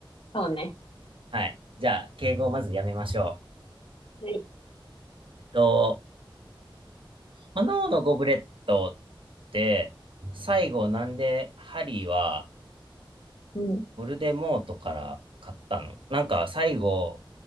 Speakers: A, on the left; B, on the right.
A: そうね。
B: <laughs> はい。じゃあ、敬語をまずやめましょ
A: はい。
B: う。えっと、炎のゴブレットって、最後なんでハリーは
A: うん。
B: ボルデモートから買ったのなんか最後、